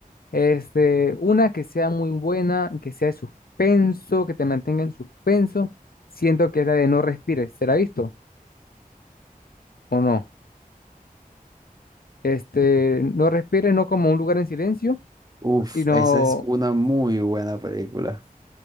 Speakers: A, on the left (about 75°); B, on the right (about 25°).
A: Este, una que sea muy buena, que sea de suspenso, que te mantenga en suspenso. Siento que es la de No Respires, ¿será visto o no? Este, No Respires no como un lugar en silencio,
B: Uf,
A: sino,
B: esa es una muy buena película.